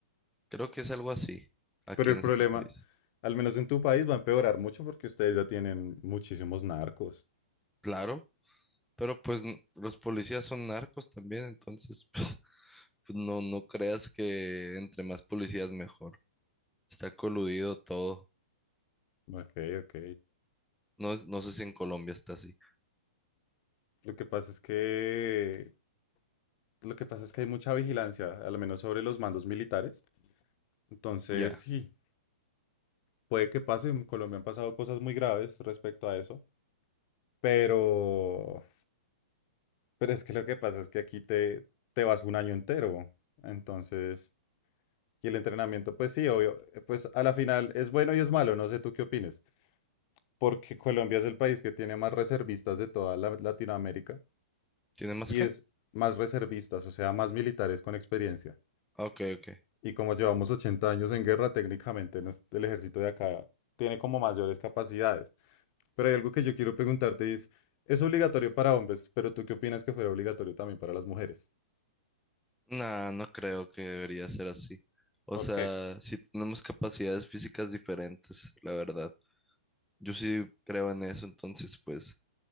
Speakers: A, in the centre; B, on the left.
A: creo que es algo así aquí
B: Pero el
A: en
B: problema,
A: este país.
B: al menos en tu país, va a empeorar mucho porque ustedes ya tienen muchísimos narcos.
A: Claro. Pero pues n- los policías son narcos también, entonces <laughs> pues, pues, no, no creas que entre más policías mejor. Está coludido todo.
B: Ok, ok.
A: No, es- no sé si en Colombia está así.
B: Lo que pasa es que, lo que pasa es que hay mucha vigilancia, al menos sobre los mandos militares. Entonces,
A: Ya.
B: sí, puede que pase. En Colombia han pasado cosas muy graves respecto a eso. Pero, pero es que lo que pasa es que aquí te, te vas un año entero. Entonces, y el entrenamiento, pues sí, obvio, eh, pues a la final es bueno y es malo. No sé tú qué opines. porque Colombia es el país que tiene más reservistas de toda la- Latinoamérica
A: ¿Tiene más
B: y
A: qué?
B: es más reservistas, o sea, más militares con experiencia.
A: Ok, ok.
B: Y como llevamos 80 años en guerra, técnicamente nos- el ejército de acá tiene como mayores capacidades. Pero hay algo que yo quiero preguntarte y es, es obligatorio para hombres, pero ¿tú qué opinas que fuera obligatorio también para las mujeres?
A: No, no creo que debería ser así. O
B: ¿Por
A: sea,
B: qué?
A: si tenemos capacidades físicas diferentes, la verdad. Yo sí creo en eso, entonces pues